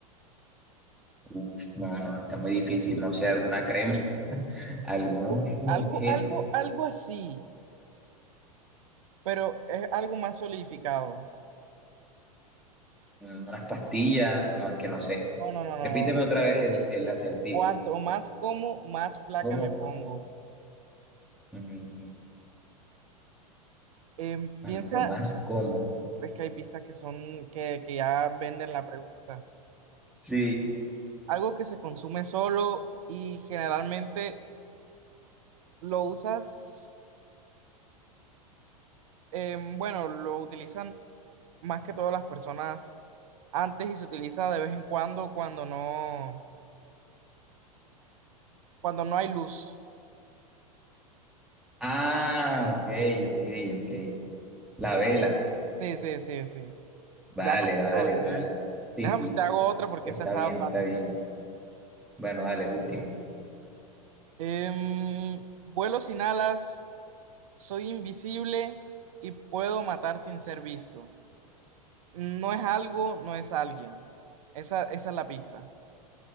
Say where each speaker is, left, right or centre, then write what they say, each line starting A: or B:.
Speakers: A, in the centre; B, on the right.
A: Uf, no, no, está muy difícil. No sé, alguna crema, <laughs> alguno,
B: Uf,
A: es un
B: algo,
A: objeto.
B: algo, algo así, pero es algo más solidificado.
A: Unas pastillas, no, es que no sé.
B: No, no, no,
A: Repíteme
B: no, no.
A: otra vez el, el acertijo.
B: Cuanto más como, más flaca
A: ¿Cómo?
B: me pongo.
A: Mm,
B: Em,
A: Cuanto
B: piensa,
A: más como.
B: uf, es que hay pistas que son, que, que ya venden la pregunta.
A: Sí.
B: Algo que se consume solo y generalmente lo usas, em, bueno, lo utilizan más que todas las personas antes y se utiliza de vez en cuando cuando no, cuando no hay luz.
A: Ah, ok, ok, ok. La vela.
B: Sí, sí, sí, sí.
A: Vale,
B: Ya con eso
A: vale,
B: lo vendí.
A: vale. Sí,
B: Déjame
A: sí.
B: te hago otra porque
A: Está
B: esa estaba
A: bien,
B: fácil.
A: está bien. Bueno, dale, última.
B: Em, vuelo sin alas, soy invisible y puedo matar sin ser visto. No es algo, no es alguien. Esa, esa es la pista.